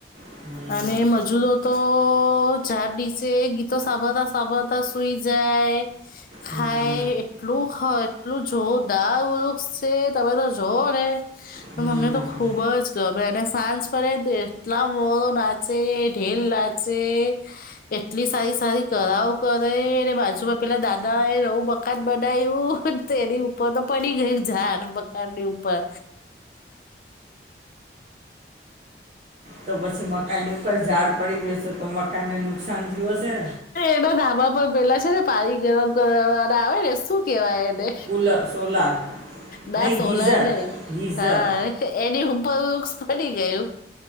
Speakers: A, on the right; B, on the left.
A: હમ
B: અને મજુરો તો તો ચાર દસે ગીતો સાંભળ સાભડતા સુઈ જાય ખાય
A: હમ
B: એટલું એટલું જોદાર વૃક્ષ છે તમે તો જોઓ ને
A: હમ
B: તમને તો ખુબ જ ગ એને સાંજ પડે તો એટલા મોર નાચે ઢેલ નાચે એટલી સારી સારી કરાઓ કરે ને બાજુમાં પેલા દાદા એ એવુ મકાન બનાવું તેની ઉપર તો પડી ગયું ઝાડ મકાન ની ઉપર
A: તો પછી મકાનની ઉપર ઝાડ પડી ગશે તો મકાનને નુકસાન થયું હશે
B: એના ધાબા પર પેલા છે ને પાણી ગરમ કરવા વાળા આવે ને શું કેવાય એને
A: ફુલ સોલાર
B: ના
A: નહીં
B: સોલાર
A: ગીઝર
B: નઈ
A: ગીઝર
B: હા એની ઉપર વૃક્ષ પડી ગયું